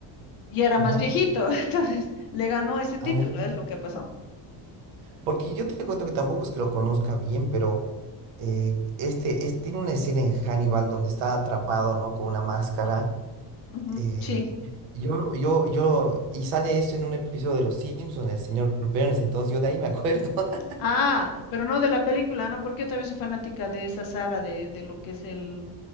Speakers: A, on the left; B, on the right.
A: Y era
B: ujú,
A: más viejito, <laughs> entonces le ganó ese título,
B: ah,
A: es lo que ha pasado.
B: porque yo te cuento que tampoco es que lo conozca bien, pero eh, este, es- tiene una escena en Hannibal donde está atrapado, ¿no? Con una máscara.
A: Ujú,
B: eh,
A: sí.
B: y yo, lo- yo, yo, y sale esto en un episodio de Los Simpsons, el señor Burns, entonces yo de ahí me acuerdo. <laughs>
A: Ah, pero no de la película, ¿no? Porque yo también soy fanática de esa saga de, de lo que es el